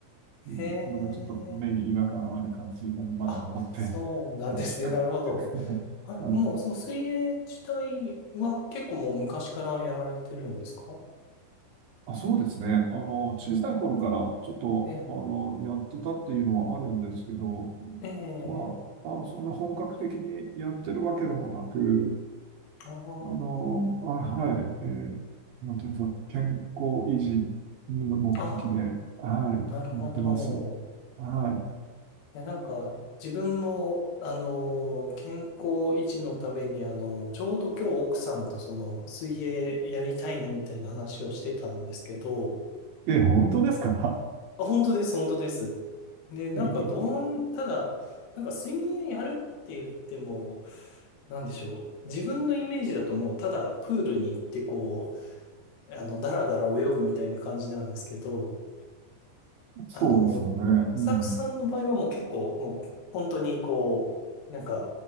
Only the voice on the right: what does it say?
うんまだちょっと目に違和感ある感じがまだ残って
<laughs> ます。<laughs>
うん
あ、あそうですね。あの、小さい頃からちょっと、
あの、やってたっていうのはあるんですけど、
まあ、あの、そんな本格的にやってるわけでもなく、
あの、あ、はい、えーなんていうんですか、健康維持の目的で、
はい、
やってます。は
い。え、本当ですか
<laughs>
そうですよね。
うん。